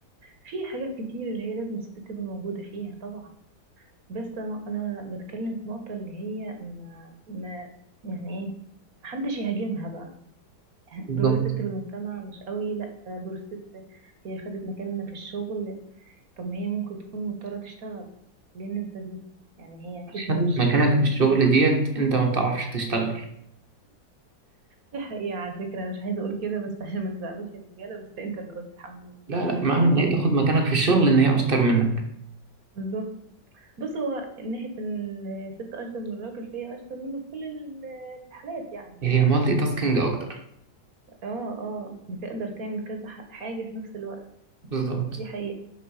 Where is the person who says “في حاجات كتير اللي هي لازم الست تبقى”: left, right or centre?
Right